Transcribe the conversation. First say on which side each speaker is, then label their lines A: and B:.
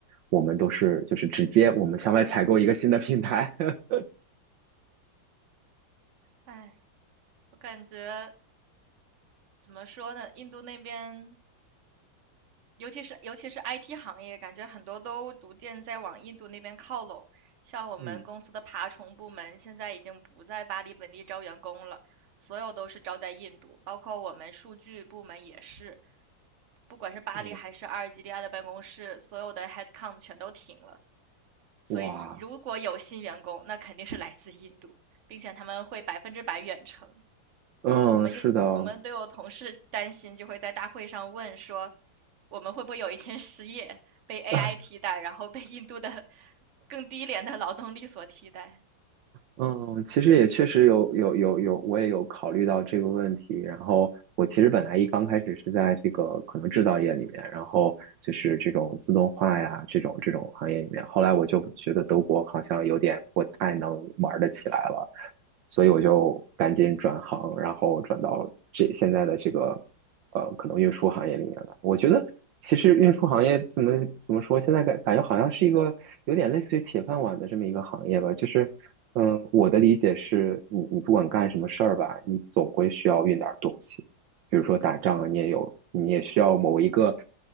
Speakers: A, on the right (about 75°); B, on the right (about 45°).
A: 我们都是就是直接我们向外采购一个新的 <laughs> 品牌。<laughs>
B: 唉，我感觉怎么说呢，印度那边，尤其是尤其是 IT 行业，感觉很多都逐渐在往印度那边靠拢。像我们公司的爬虫部门，
A: 嗯
B: 现在已经不在巴黎本地招员工了，所有都是招在印度，包括我们数据部门也是，不管是巴黎还是阿尔及利亚的办公室，
A: 嗯，
B: 所有的 headcount 全都停了。所以如果有新员工，
A: 哇，
B: 那肯定是来自印度，并且他们会百分之百远程。
A: 嗯，
B: 我们又我们都有同事担心，
A: 是的。
B: 就会在大会上问说，我们会不会有一天失业，被 AI
A: <laughs>
B: 替代，然后被印度的 <laughs> 更低廉的劳动力所替代？
A: 嗯，其实也确实有有有有，我也有考虑到这个问题。然后我其实本来一刚开始是在这个可能制造业里面，然后就是这种自动化呀这种这种行业里面。后来我就觉得德国好像有点不太能玩得起来了，所以我就赶紧转行，然后转到这现在的这个呃可能运输行业里面来。我觉得其实运输行业怎么怎么说，现在感感觉好像是一个有点类似于铁饭碗的这么一个行业吧，就是。嗯，我的理解是你，你不管干什么事儿吧，你总会需要运点儿东西，比如说打仗啊，你也有，你也需要某一个